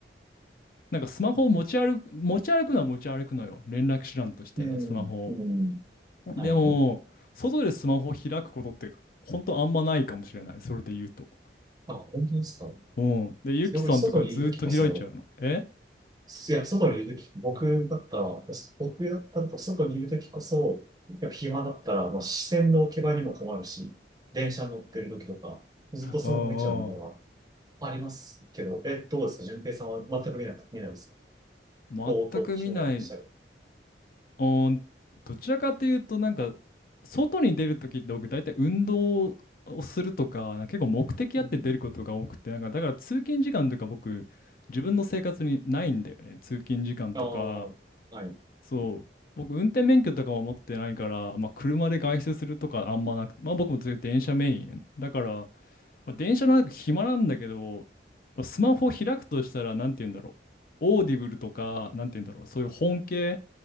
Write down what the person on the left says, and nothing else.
なんかスマホを持ち歩く、持ち歩くのは持ち歩くのよ。連絡手段としてね、
スマホを。
でも、外でスマホを開くことって、ほんとあんまないかもしれない。それで言うと。
うん。で、ゆきさんとかずっと開いちゃうの。
え
うんうん。
全く見ない。
おーどちらかというと、なんか、外に出るときって僕、大体運動をするとか、なんか結構目的あって出ることが多くて、
なんか、だから通勤時間とか僕、自分の生活にないんだよね。通勤時間とか、
そう、僕、運転免許とかも持ってないから、まあ、車で外出するとかあんまなくて、まあ、僕もず電車メイン。だから、まあ、電車の中暇なんだけど、スマホを開くとしたら、なんて言うんだろう。オーディブルとか、なんて言うんだろう。そういう本系。